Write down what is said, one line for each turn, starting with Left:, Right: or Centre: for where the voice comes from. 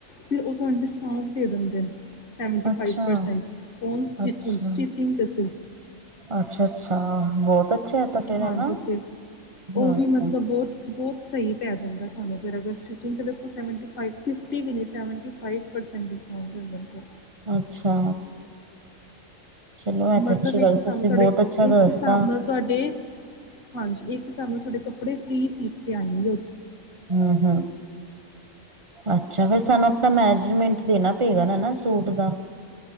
Left: ਫਿਰ, ਓਹ ਤੁਹਾਨੂੰ ਡਿਸਕਾਉਂਟ ਦੇ ਦੇਂਦੇ ਨੇ। ਸੈਵਨਟੀ
Right: ਅੱਛਾ
Left: ਫਾਈਵ ਪਰਸੈਂਟ, ਓਨ ਸਟਿਚਿੰਗ-
Right: ਅੱਛਾ
Left: ਸਟਿਚਿੰਗ ਤਾਂ ਸਿਰਫ
Right: ਅੱਛਾ- ਅੱਛਾ, ਬਹੁਤ ਅੱਛਾ। ਤਾਂ ਫੇਰ
Left: ਹਾਂਜੀ।
Right: ਹੈ ਨਾ
Left: ਤੇ ਉਹ
Right: ਹੂੰ
Left: ਵੀ ਮਤਲਬ ਬਹੁਤ ਬੋਤ ਸਹੀ ਪੈ ਜਾਂਦਾ ਸਾਨੂੰ ਫਿਰ ਅਗਰ ਸਟਿਚਿੰਗ ਤੇ ਦੇਖੋ ਸੈਵਨਟੀ ਫਾਈਵ ਫਿਫਟੀ ਵੀ ਨਹੀਂ, ਸੈਵਨਟੀ ਫਾਈਵ ਪਰਸੈਂਟ ਡਿਸ ਹੂ ਲਾਲਣਗੇ।
Right: ਅੱਛਾ। ਚਲੋ ਇਹ
Left: ਮਤਲਬ
Right: ਤੇ ਅੱਛੀ
Left: ਇੱਕ
Right: ਗੱਲ
Left: ਹਿਸਾਬ
Right: ਤੁਸੀਂ
Left: ਨਾਲ ਤੁਹਾਡੇ,
Right: ਬਹੁਤ ਅੱਛਾ ਦੱਸਤਾ
Left: ਇੱਕ ਹਿਸਾਬ ਨਾਲ ਤੁਹਾਡੇ, ਹਾਂਜੀ। ਇੱਕ ਹਿਸਾਬ ਨਾਲ ਤੁਹਾਡੇ ਕੱਪੜੇ ਫ੍ਰਰੀ ਸੀ ਕੇ ਆਏਗੇ।
Right: ਹੂ- ਹੂ। ਅੱਛਾ। ਫਿਰ ਸਾਨੂੰ ਆਪਣਾ ਮੈਜਰਮੈਂਟ ਦੇਣਾ ਪਏਗਾ ਨਾ-ਨਾ ਸੂਟ ਦਾ।